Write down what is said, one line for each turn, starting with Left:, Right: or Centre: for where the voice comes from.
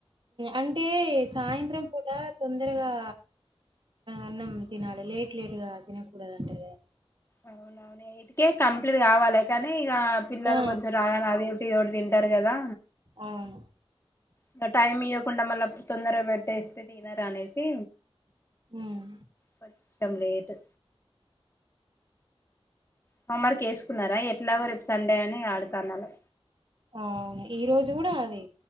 Right: అంటే స్ సాయంత్రం పూట తొందరగా అన్నం తినాలి లేటు లేటుగా తినకూడదండి
Left: అవును అవునైట్ కే కంప్లీట్ కావాలే కానీ ఇగ పిల్లలు
Right: ఆ!
Left: కొంచెం రాగ నాది ప్ తిరోడ్ తింటారు కదా
Right: అవును.
Left: ఇంగ టైమ్ మియోగ్ కుండా మళ్ళా తొందర పెట్టేస్తే తినరా అనేసి
Right: హ్మ్.
Left: కోచ్చంలేటు హోమ వర్క్ వేసుకున్నారా ఎట్లాగో రేపు సండే అని ఆడుతానరు
Right: అ అవును ఈ రోజు కూడా అది